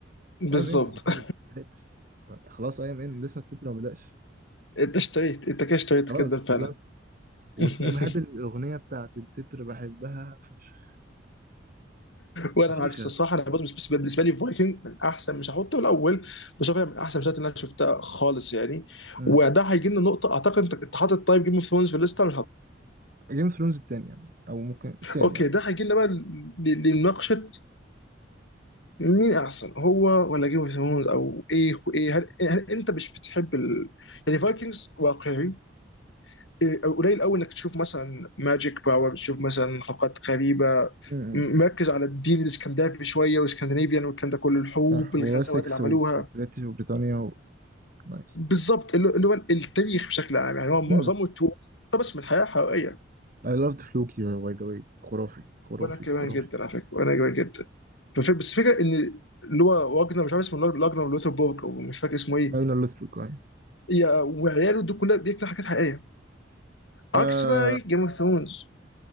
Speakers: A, on the left (about 75°); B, on the right (about 50°).
A: بالظبط
B: اي ام ان على طول
A: <laughs>
B: ما لحقتش خلاص اي ام ان لسه التتر ما بداش
A: انت اشتريت انت كده اشتريت
B: خلاص
A: كده
B: بالظبط
A: فعلا
B: وبحب
A: <laughs>
B: الأغنية بتاعت التتر بحبها فشخ
A: وانا
B: فشيخة
A: معاك الصراحه انا برضه بالنسبه بالنسبة لي فايكنج من احسن مش هحطه الاول بس هو فعلا من احسن المسلسلات اللي انا شفتها خالص يعني
B: امم
A: وده هيجي لنا نقطه اعتقد انت أنت حاطط طيب جيم اوف ثرونز في الليسته
B: جيم اوف ثرونز التانية أو ممكن التانية
A: اوكي
B: اه
A: ده هيجي لنا بقى ل- ل- لمناقشه مين احسن هو ولا جيم اوف ثرونز او ايه وايه هل, هل انت مش بتحب ال... يعني فايكنجز واقعي إيه، قليل قوي انك تشوف مثلا ماجيك باور تشوف مثلا حلقات غريبه
B: امم
A: م- مركز على الدين الاسكندنافي شويه والاسكندنافيان والكلام ده كله الحروب
B: صح
A: الغزوات
B: وواسكس
A: اللي عملوها
B: وبريتش وبريطانيا و... نايس
A: بالظبط اللي اللي هو التاريخ بشكل عام يعني هو معظمه
B: امم
A: توب طب بس من الحياه حقيقيه
B: I loved فلوكي باي ذا واي خرافي خرافي
A: وانا كمان
B: خرافي
A: جدا على فكره وانا كمان جدا فف- بس الفكره ان اللي هو واجنر مش عارف اسمه لاج- لاجنر لوثربورج او مش فاكر اسمه ايه
B: أنا loved فلوكي أيوة.
A: يا- وعياله دول كلها دي كلها حاجات حقيقيه عكس
B: آه
A: بقى جيم اوف ثرونز